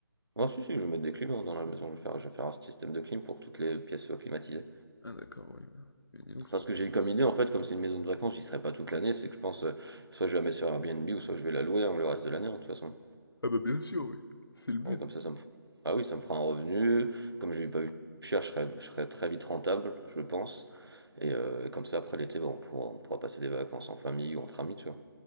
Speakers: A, on the right (about 80°); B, on the left (about 75°).
A: Ah si, si, je vais mettre des clims hein, dans la maison, je vais faire, je vais faire un système de clim pour que toutes les pièces soient climatisées.
B: Ah d'accord, oui. voilà. Mais dis donc, ça
A: Parce
B: va être-
A: que j'ai eu comme idée, en fait, comme c'est une maison de vacances, j'y serai pas toute l'année, c'est que je pense, euh, soit je vais la mettre sur Airbnb, ou soit je vais la louer hein, le reste de l'année, hein, de toute façon.
B: Ah bah bien sûr, oui. C'est le but.
A: Oui, comme ça, ça me... f- Ah oui, ça me fera un revenu, comme j'ai pas eu cher, je serai, je serai très vite rentable, je pense. Et euh, comme ça, après l'été, bah, on pourra, on pourra passer des vacances en famille ou entre amis, tu vois.